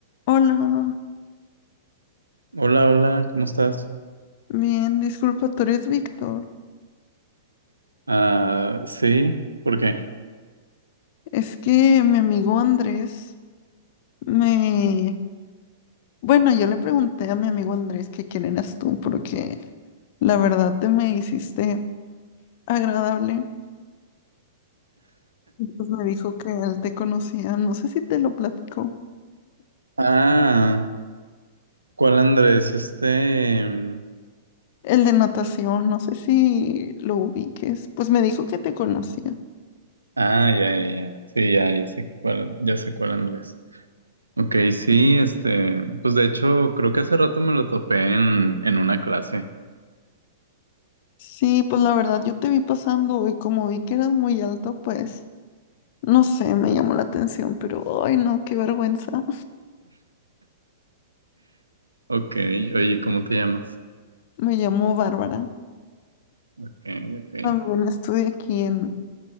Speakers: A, on the left; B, on the right.
A: Hola,
B: Hola, hola, ¿cómo estás?
A: bien, disculpa, tú eres Víctor.
B: Ah, sí, ¿por qué?
A: Es que mi amigo Andrés me... Bueno, yo le pregunté a mi amigo Andrés que quién eras tú, porque la verdad te me hiciste agradable. Pues me dijo que él te conocía, no sé si te lo platicó.
B: Ah, ¿cuál Andrés? Este. mm,
A: El de natación, no sé si lo ubiques. Pues me dijo que te conocía.
B: Ah, ya, ya, ya. Sí, ya, ya sé cuál, ya sé cuál Andrés. Ok, sí, este. Pues de hecho, creo que hace rato me lo topé en, en una clase.
A: Sí, pues la verdad yo te vi pasando y como vi que eras muy alto, pues no sé, me llamó la atención, pero ay no, qué vergüenza.
B: Ok, oye, ¿cómo te llamas?
A: Me llamo Bárbara.
B: Ok, ok.
A: También estudié aquí en,